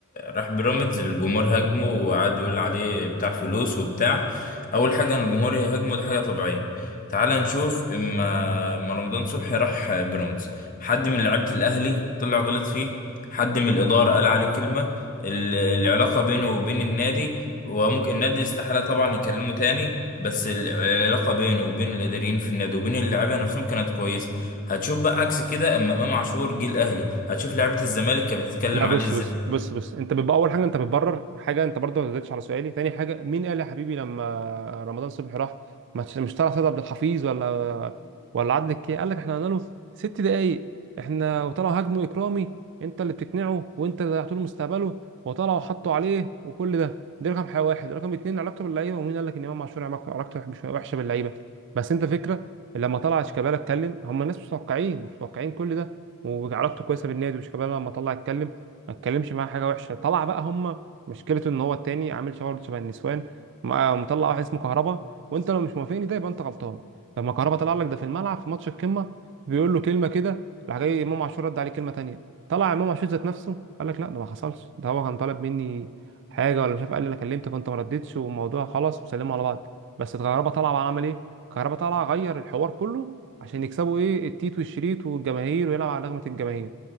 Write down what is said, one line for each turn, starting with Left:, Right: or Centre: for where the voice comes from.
Left: راح بيراميدز الجمهور هاجمه وقعد يقول عليه بتاع فلوس وبتاع اول حاجة ان الجمهور يهاجمه دي حاجة طبيعية تعال نشوف اما اما رمضان صبحي راح بيراميدز حد من لعيبة الاهلي طلع غلط فيه حد من الادارة قال عليه كلمة ال... العلاقة بينه وبين النادي وممكن النادي استحالة طبعا يكلمه تاني بس العلاقة بينه وبين الإداريين في النادي وبين اللعيبة نفسهم كانت كويسة هتشوف بقى عكس كده اما امام عاشور جه الاهلي هتشوف لعيبه الزمالك كانت بتتكلم
Right: لا فاهم
Left: عليه
Right: بص
Left: ازاي
Right: انت بص بص بص انت بيبقى اول حاجه انت بتبرر حاجه انت برضه ما ردتش على سؤالي تاني حاجه مين قال يا حبيبي لما رمضان صبحي راح ما تش- مش طلع سيد عبد الحفيظ ولا ولا عادل الكي قال لك احنا قلنا له ست دقايق احنا وطلعوا هاجموا اكرامي انت اللي بتقنعه وانت اللي ضيعت له مستقبله وطلعوا حطوا عليه وكل ده دي رقم حاجه واحد رقم اتنين علاقته باللعيبه ومين قال لك ان امام عاشور علاقته علاقته مش وحشه باللعيبه بس انت فكره لما طلع شيكابالا اتكلم هم الناس مش متوقعين مش متوقعين كل ده وعلاقته كويسه بالنادي وشيكابالا لما طلع اتكلم ما اتكلمش معاه حاجه وحشه طلع بقى هم مشكلته ان هو التاني عامل شغل شبه النسوان مع- مطلع واحد اسمه كهربا وانت لو مش موافقني ده يبقى انت غلطان لما كهربا طلع لك ده في الملعب في ماتش القمه بيقول له كلمه كده راح جاي امام عاشور رد عليه كلمه تانيه طلع امام عاشور ذات نفسه قال لك لا ده ما حصلش ده هو كان طالب مني حاجه ولا مش عارف قال لي انا كلمتك وانت ما ردتش والموضوع خلص وسلموا على بعض بس كهربا طلع بقى عمل ايه كهربا طلع غير الحوار كله عشان يكسبوا ايه التيت والشريط والجماهير ويلعب على رغبه الجماهير